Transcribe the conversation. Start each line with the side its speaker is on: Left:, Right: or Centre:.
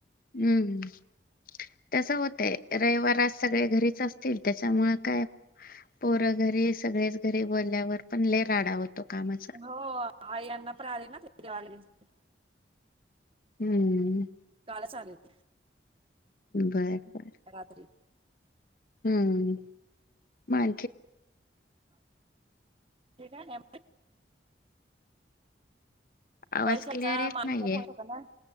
Left: हम्म तस होतय रविवार आज सगळे घरीच असतील. त्याच्यामुळे काय पोर घरी सगळेच घरी बोलल्यावर पण लई राडा होतो. कामाचा
Right: हो आई अण्णा पण आले ना ते पण गावाला गेलते.
Left: हम्म
Right: काल चालेय ते
Left: बर बर
Right: राात्री
Left: हम्म माे
Right: बाकी काय नाही
Left: आवाज
Right: पैशाल
Left: क्लिअर
Right: का
Left: येत
Right: माणूिक
Left: नाहीये
Right: हो शक ना